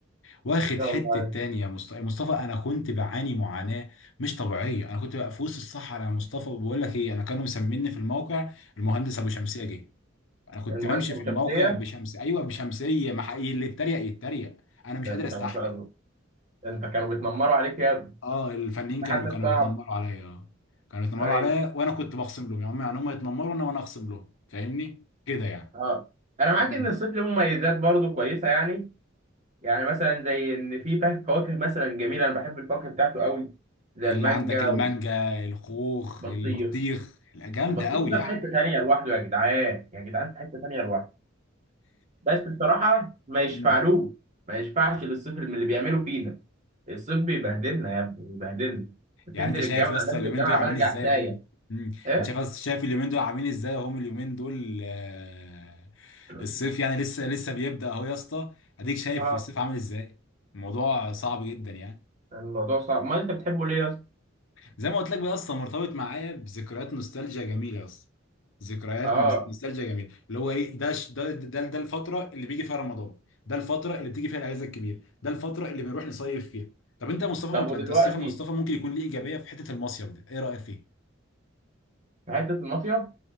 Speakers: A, on the left (about 70°); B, on the right (about 40°).
A: واخد
B: شاء
A: حته
B: الله عليك
A: تانية يا مصطفى يا مصطفى انا كنت بعاني معاناه مش طبيعيه انا كنت بقى في وسط الصحراء يا مصطفى وبقول لك ايه انا كانوا مسميني في الموقع المهندس ابو شمسيه جه انا كنت
B: المهندس
A: بمشي
B: ابو
A: في
B: شمسيه
A: الموقع بشمس ايوه بشمسيه ما حقيقي اللي اتريق يتريق انا مش
B: ده
A: قادر
B: انت
A: استحمل
B: ما شاء الله ده انت كانوا بيتنمروا عليك يا ابني
A: اه الفنانين
B: ده
A: كانوا
B: حالتك
A: كانوا
B: صعب
A: بيتنمروا عليا اه كانوا بيتنمروا
B: ايوه
A: عليا وانا كنت بخصم لهم يعني هم يعني هم يتنمروا انا وانا اخصم لهم فاهمني كده يعني
B: اه انا معاك
A: كنا-
B: ان الصيف له مميزات برضو كويسه يعني يعني مثلا زي ان في فا- فواكه مثلا جميله انا بحب الفواكه بتاعته قوي زي
A: اللي
B: المانجا
A: عندك المانجا الخوخ
B: والبطيخ
A: البطيخ لا، جامده
B: البطيخ
A: قوي
B: ده
A: يعني
B: في حته تانيه لوحده يا جدعان يا جدعان في حته تانيه لوحده بس بصراحه ما يشفعلوش
A: <laughs>
B: ما يشفعش للصيف اللي بيعملوا فينا الصيف بيبهدلنا يا ابني بيبهدلنا بتنزل
A: يعني انت شايف
B: الجامعه
A: يا اسطى
B: بنزل
A: اليومين
B: الجامعه
A: دول عاملين
B: برجع
A: ازاي
B: سايح
A: هم مم.
B: ايه
A: انت شايف أص- شايف اليومين دول عاملين ازاي هم اليومين دول آه،
B: <clears throat>
A: الصيف يعني لسه لسه بيبدأ اهو يا اسطى اديك شايف
B: اه
A: الصيف عامل ازاي الموضوع صعب جدا يعني
B: الموضوع صعب ما انت بتحبه ليه يا اسطى
A: زي ما قلت لك بقى يا اسطى مرتبط معايا بذكريات نوستالجيا جميله يا اسطى ذكريات
B: اه
A: مس- نوستالجيا جميله اللي هو ايه ده ش- ده ده ده الفتره اللي بيجي فيها رمضان ده الفتره اللي بتيجي فيها الاجازه الكبيره ده الفتره اللي بنروح نصيف فيها طب انت يا مصطفى
B: طب
A: انت
B: ودلوقتي
A: انت الصيف يا مصطفى ممكن يكون ليه ايجابيه في حته المصيف ده ايه رايك فيه؟
B: في حته المصيف